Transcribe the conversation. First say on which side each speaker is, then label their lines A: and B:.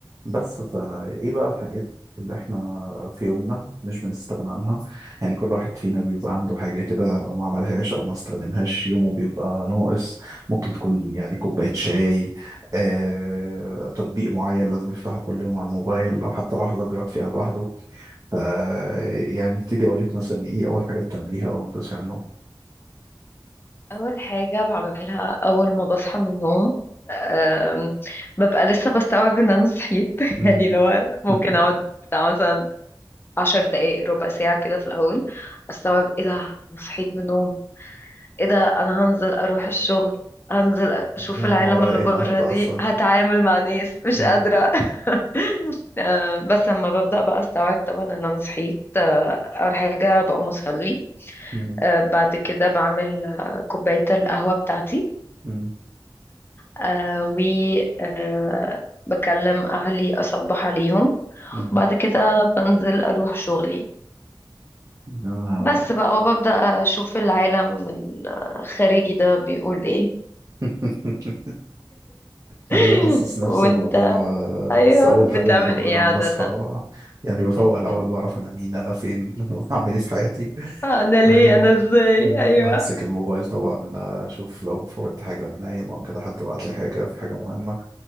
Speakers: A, on the right (about 40°); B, on the left (about 25°).
A: بس فايه بقى الحاجات اللي احنا في يومنا مش بنستغنى عنها يعني كل واحد فينا بيبقى عنده حاجة كده لو ما عملهاش او ما استخدمهاش يومه بيبقى ناقص ممكن تكون يعني كوباية شاي آه، تطبيق معين لازم يفتحه كل يوم على الموبايل او حتى لحظة بيقعد فيها لوحده ف يعني ابتدي اقول لك مثلا ايه اول حاجة بتعمليها اول ما بتصحي من النوم
B: أول حاجة بعملها أول ما بصحى من النوم أم، ببقى لسه بستوعب إن أنا صحيت <laughs>
A: مم.
B: يعني لو ممكن
A: <laughs>
B: أقعد بتاع مثلا عشر دقايق ربع ساعة كده في الأول أستوعب إيه ده أنا صحيت من النوم إيه ده أنا هنزل أروح الشغل هنزل أشوف
A: ده
B: العالم
A: انا ورايا
B: اللي
A: ايه
B: بره
A: النهارده
B: دي
A: اصلا
B: هتعامل مع ناس مش
A: مم.
B: قادرة <laughs> أم، بس لما ببدأ بقى أستوعب طبعا إن أنا صحيت أه، أول حاجة بقوم أصلي
A: مم.
B: أه، بعد كده بعمل أه، كوباية القهوة بتاعتي
A: مم.
B: آه و آه بكلم أهلي أصبح عليهم
A: مم.
B: وبعد كده بنزل أروح شغلي
A: انا
B: بس بقى وببدأ أشوف العالم الخارجي ده بيقول إيه
A: <laughs>
B: <laughs>
A: ايوه حاسس نفس
B: وأنت
A: الموضوع
B: أيوه
A: بس اول حاجه
B: بتعمل
A: ما بعملها
B: إيه عادة
A: لما بصحى يعني بفوق
B: مم.
A: الاول بعرف انا مين انا فين <laughs> انا بعمل ايه في حياتي
B: أنا ليه
A: ايوه
B: أنا إزاي
A: أمم،
B: أيوه
A: بمسك الموبايل طبعا اشوف لو فوتت حاجه انا نايم او كده حد بعت لي حاجه في حاجه مهمه